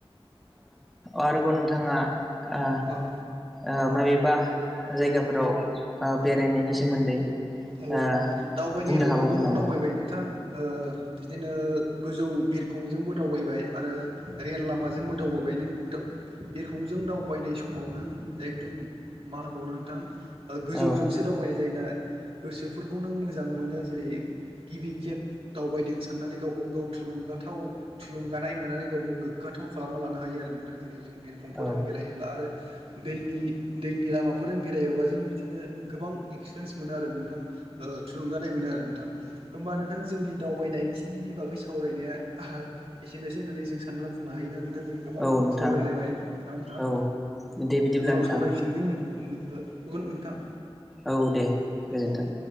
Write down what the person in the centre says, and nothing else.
आरोबाव नोंथाङा ओ
ओ माबेबा जायगाफोराव बेरायनायनि सोमोन्दै
ओ
बुंनो हाबावगोन
नामा?
औ
औ
औ नोंथां
औ दे बिदिब्ला
नोंथां
औ दे गोजोन्थों।